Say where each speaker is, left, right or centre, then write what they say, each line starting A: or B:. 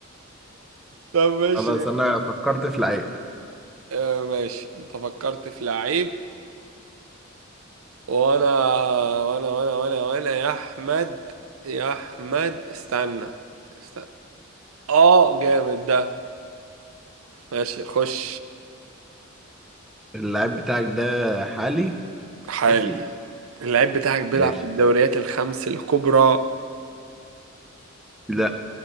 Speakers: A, on the right (about 75°); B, in the centre.
A: طب ماشي
B: خلاص انا فكرت في لعيب
A: آه ماشي انت فكرت في لعيب وانا وانا وانا وانا وانا يا احمد يا احمد استنى استنى اه جامد ده ماشي خش
B: اللعيب بتاعك ده حالي
A: حالي
B: اكيد
A: اللعيب بتاعك بيلعب
B: ماشي
A: في الدوريات الخمس الكبرى
B: لا